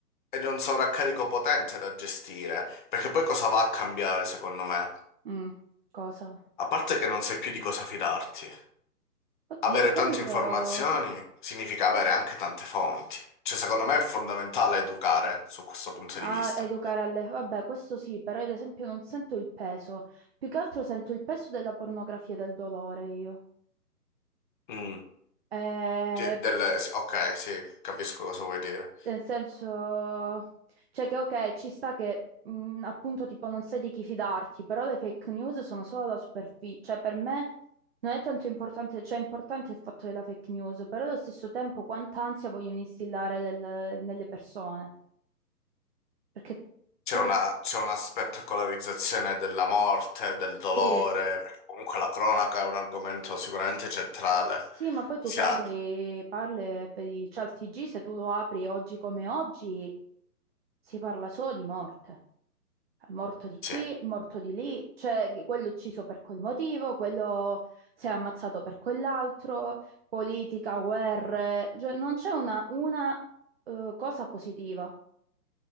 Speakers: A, on the left; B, on the right.
A: ed è un sovraccarico potente da gestire, perché poi cosa va a cambiare, secondo me?
B: Mm. Cosa?
A: A parte che non sai più di cosa fidarti.
B: Oddio,
A: Avere
B: quello...
A: tante informazioni significa avere anche tante fonti. Cioè, secondo me è fondamentale educare su questo punto
B: Ah,
A: di vista.
B: educare alle... Vabbè, questo sì, però ad esempio non sento il peso. Più che altro sento il peso della pornografia e del dolore io.
A: Mm.
B: Eh,
A: Cioè, delle- sì, Ok, sì, capisco cosa vuoi dire.
B: Nel senso, cioè che ok, ci sta che mh, appunto tipo non sai di chi fidarti, però le fake news sono solo la superficie, cioè per me non è tanto importante, cioè è importante il fatto della fake news, però allo stesso tempo quanta ansia vogliono instillare nel- nelle persone, perché
A: C'è
B: troppo...
A: una, c'è una spettacolarizzazione della morte, del dolore,
B: Sì,
A: perché comunque la cronaca è un argomento sicuramente centrale.
B: sì, ma poi tu
A: Sia,
B: parli, parli e vedi, cioè il TG se tu lo apri oggi come oggi si parla solo di morte. morto di
A: sì.
B: qui, morto di lì, cioè che- quello ucciso per quel motivo, quello si è ammazzato per quell'altro, politica, guerre, cioè non c'è una, una eh, cosa positiva.